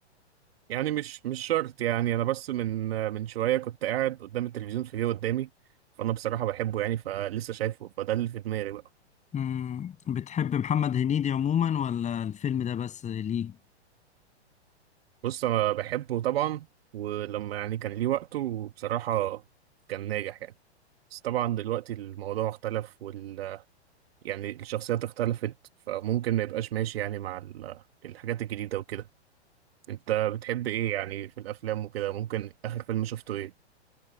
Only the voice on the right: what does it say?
يعني مش مش شرط يعني انا بس من من شوية كنت قاعد قدام التلفزيون فجأة قدامي فانا بصراحة بحبه يعني فلسه شايفه فده اللي في دماغي بقى
بص انا بحبه طبعا ولما يعني كان ليه وقته بصراحة كان ناجح يعني بس طبعا دلوقتي الموضوع اختلف وال يعني الشخصيات اختلفت فممكن ما يبقاش ماشي يعني مع ال- الحاجات الجديدة وكده انت بتحب ايه يعني في الافلام وكده ممكن اخر فيلم شفته ايه